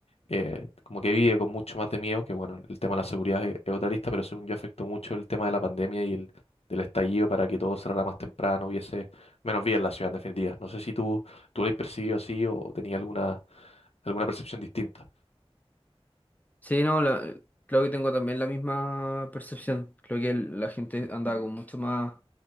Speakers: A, on the left; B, on the left.
A: eh, como que vive con mucho más de miedo, que bueno, el tema de la seguridad es, es otra lista, pero según yo afectó mucho el tema de la pandemia y el, del estallido para que todo cerrara más temprano, hubiese menos vida en la ciudad en definitiva. No sé si tú, tú lo has percibido así o tenías alguna, alguna percepción distinta.
B: Sí, no, la- creo que tengo también la misma percepción. Creo que el- la gente andaba con mucho más,